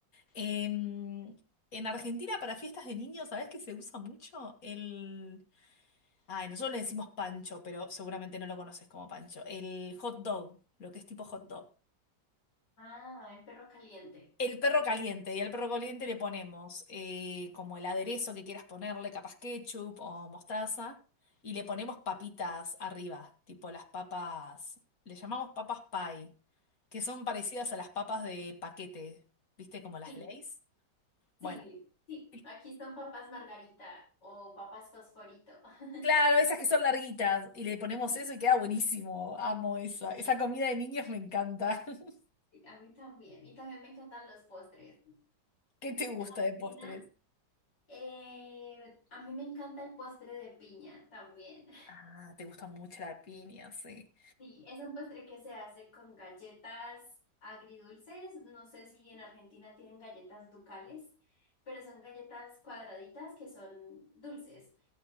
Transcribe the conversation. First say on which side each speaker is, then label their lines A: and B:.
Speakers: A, on the left; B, on the left.
A: Em, en Argentina para fiestas de niños, ¿sabés que se usa mucho? El... Ay, nosotros le decimos pancho, pero seguramente no lo conoces como pancho. El hot dog, lo que es tipo hot dog.
B: Ah, el perro caliente.
A: El perro caliente, y al perro caliente le ponemos eh, como el aderezo que quieras ponerle, capaz ketchup o mostaza, y le ponemos papitas arriba, tipo las papas, le llamamos papas pie, que son parecidas a las papas de paquete, ¿viste? Como las
B: Sí,
A: Lay's. Bueno,
B: sí, sí.
A: y-
B: Aquí son papas margarita o papas fosforito. <laughs>
A: claro, esas que son larguitas, y le ponemos
B: Sí,
A: eso y queda buenísimo, amo esa, esa comida de niños me encanta. <laughs>
B: sí, a mí también. Y también me encantan los postres.
A: ¿Qué te gusta
B: Cristina,
A: de postres?
B: eh, a mí me encanta el postre de piña también.
A: Ah, te gusta mucho la piña, sí.
B: Sí, es un postre que se hace con galletas agridulces. No sé si en Argentina tienen galletas ducales, pero son galletas cuadraditas que son dulces.